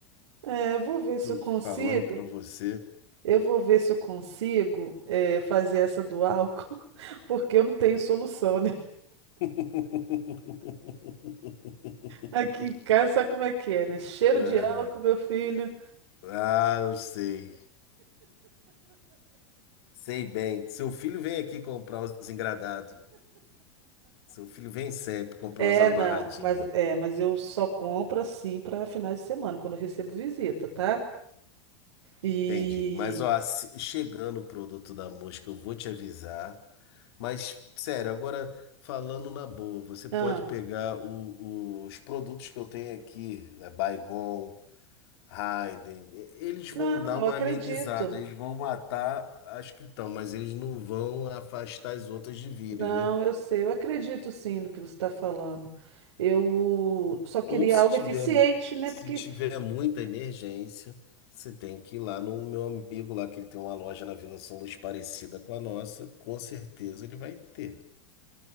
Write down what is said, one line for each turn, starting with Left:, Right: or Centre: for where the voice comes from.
Right: Ah, é, eu vou ver se
Left: Tô
Right: eu consigo.
Left: falando pra você.
Right: Eu vou ver se eu consigo é, fazer essa do álcool, <laughs> porque eu não tenho solução, né?
Left: <laughs>
Right: Aqui em casa, sabe como é que é, né? Cheiro
Left: É.
Right: de álcool, meu filho.
Left: Ah, eu sei. Sei bem. Seu filho vem aqui comprar os engradados. Seu filho vem sempre comprar
Right: É,
Left: os amarradinhos.
Right: não, mas é, mas eu só compro assim para finais de semana, quando eu recebo visita, tá? E
Left: Entendi. Mas, ó, se- chegando o produto da mosca, eu vou te avisar. Mas, sério, agora falando na boa, você
Right: ah,
Left: pode pegar o- o- os produtos que eu tenho aqui, né, Baygon. Raiden, e- eles
Right: não,
Left: vão dar
Right: eu
Left: uma
Right: acredito.
Left: amenizada, eles vão matar as que estão, mas eles não vão afastar as outras de virem,
Right: Não,
Left: né?
Right: eu sei, eu acredito sim no que você está falando. Eu só queria
Left: Ou se
Right: algo
Left: tiver,
Right: eficiente, né?
Left: se
Right: Porque
Left: tiver muita emergência, você tem que ir lá no meu amigo lá, que ele tem uma loja na Vila São Luís parecida com a nossa, com certeza ele vai ter,